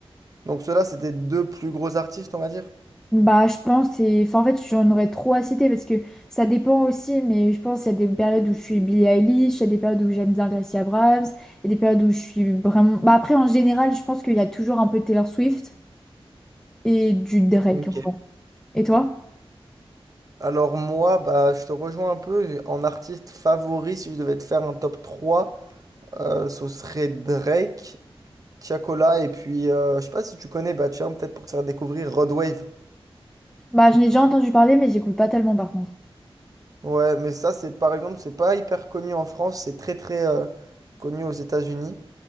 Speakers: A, on the right; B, in the centre.
A: Donc, ceux-là, c'était deux plus gros artistes, on va dire.
B: Bah, je pense, et enfin, en fait, j'en aurais trop à citer parce que ça dépend aussi, mais je pense qu'il y a des périodes où je suis Billie Eilish, il y a des périodes où j'aime bien Gracie Abrams, il y a des périodes où je suis vraiment. Bah, après, en général, je pense qu'il y a toujours un peu de Taylor Swift et du Drake.
A: Ok.
B: en vrai. Et toi?
A: Alors moi, bah, je te rejoins un peu. J'ai- En artiste favori, si je devais te faire un top 3, euh, ce serait Drake, Tiakola, et puis euh, je sais pas si tu connais, bah tiens, peut-être pour te faire découvrir Rodwave.
B: Bah, j'en ai déjà entendu parler, mais j'écoute pas tellement par contre.
A: Ouais, mais ça, c'est par exemple, c'est pas hyper connu en France, c'est très très euh, connu aux États-Unis.